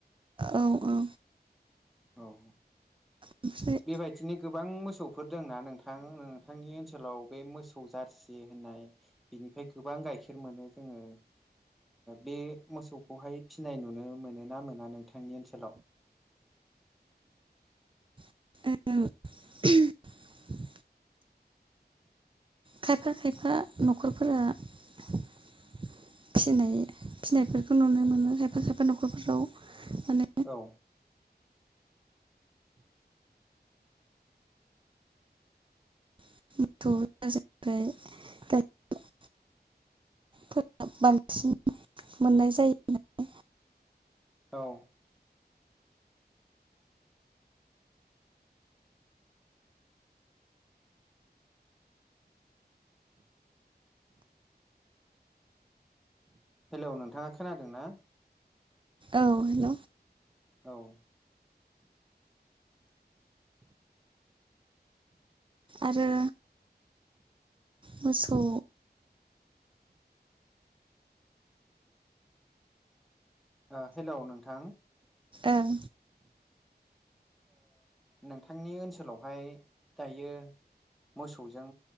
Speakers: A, on the right; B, in the centre.
A: औ औ
B: औ
A: ओमफ्राय
B: बेबायदिनो गोबां मोसौफोर दंना नोंथां नोंथांनि ओनसोलाव बे मोसौ जारसि होननाय बेनिफ्राय गोबां गाइखेर मोनो जोङो बे मोसौखौहाय फिनाय नुनो मोनो ना मोना नोंथांनि ओनसोलाव <unintelligible>
A: <unintelligible> खायफा खायफा न'खरफोरा फिनाय फिसिनायफोरखौ नुनो मोनो खायफा खायफा न'खरफोराव माने
B: औ
A: <unintelligible> फोर बांसिन मोननाय जायो नालाय
B: औ हेलौ नोंथाङा खोनादों ना?
A: औ हेल'
B: औ ओ
A: आरो मोसौ
B: ओ हेल' नोंथां
A: ओं
B: नोंथांनि ओनसोलावहाय दायो मोसौजों